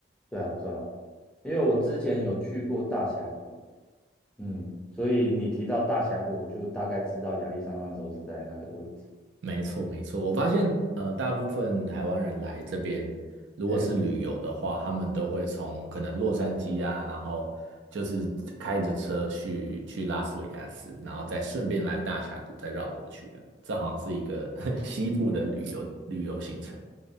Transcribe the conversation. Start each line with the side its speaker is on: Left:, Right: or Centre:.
Centre: 对啊，对啊。因为我之前有去过大峡谷，嗯，所以你提到大峡谷，我就大概知道亚利桑那州是在那个位置。
Right: 没错，没错。我发现，呃，大部分台湾人来这边，如果是旅游的话，
Centre: 嘿，
Right: 他们都会从可能洛杉矶啊，然后就是开着车去去拉斯维加斯，然后再顺便来大峡谷，再绕回去的。这好像是一个 <laughs> 西部的旅游旅游行程。